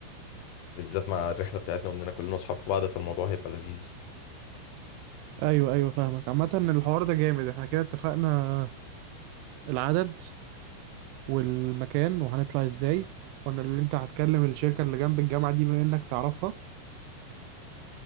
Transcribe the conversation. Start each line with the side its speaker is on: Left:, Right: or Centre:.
Left: بالذات مع الرحلة بتاعتنا وإننا كلنا أصحاب في بعض فالموضوع هيبقى لذيذ
Right: ايوه ايوه فاهمك عامة الحوار ده جامد احنا كده اتفقنا العدد والمكان وهنطلع ازاي قلنا اللي انت هتكلم الشركة اللي جنب الجامعة دي بما انك تعرفها ف